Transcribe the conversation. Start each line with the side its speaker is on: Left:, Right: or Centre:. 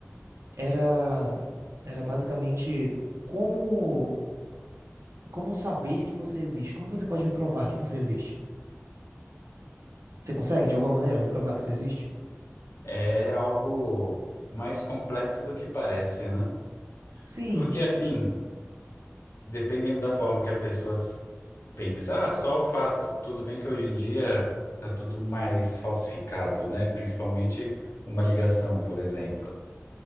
Right: era, era basicamente como, como saber que você existe? Como você pode me provar que você existe? Você consegue, de alguma maneira, me provar que você existe?
Left: É algo mais complexo do que parece, né?
Right: Sim,
Left: Porque assim, dependendo da forma que a pessoa s- pensar, só o fato, tudo bem que hoje em dia tá tudo mais falsificado, né? Principalmente uma ligação, por exemplo.